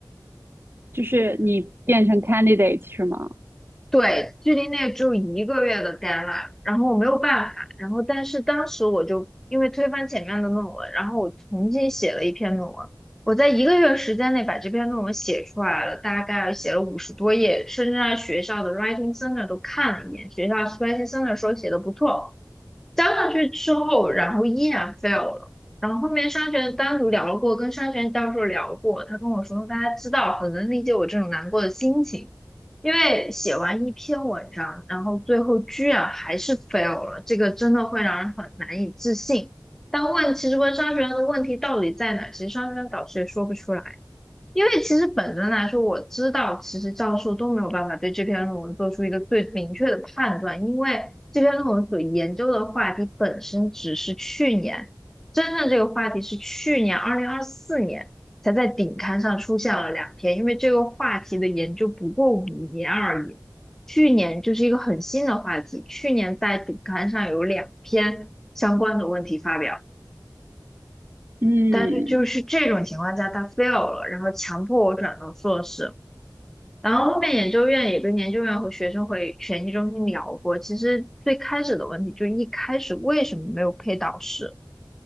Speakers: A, on the right (about 30°); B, in the centre.
A: 就是你变成 candidate 是吗？
B: 对，距离那只有一个月的 deadline，然后我没有办法，然后但是当时我就因为推翻前面的论文，然后我重新写了一篇论文，我在一个月时间内把这篇论文写出来了，大概写了五十多页，甚至让学校的 writing center 都看了一眼，学校 writing center 说写的不错，当上去之后，然后依然 fail 了。然后后面商学院单独聊过，跟商学院教授聊过，他跟我说，大家知道，很能理解我这种难过的心情，因为写完一篇文章，然后最后居然还是 fail 了，这个真的会让人很难以置信。但问，其实问商学院的问题到底在哪，其实商学院导师也说不出来。因为其实本身来说，我知道其实教授都没有办法对这篇论文做出一个最明确的判断，因为这篇论文所研究的话题本身只是去年，真正这个话题是去年二零二四年才在顶刊上出现了两篇，因为这个话题的研究不过五年而已，去年就是一个很新的话题，去年在顶刊上有两篇相关的问题发表。
A: 嗯
B: 但是就是这种情况下，他 fail 了，然后强迫我转到硕士。然后后面研究院也跟研究院和学生会学习中心聊过，其实最开始的问题就是一开始为什么没有配导师？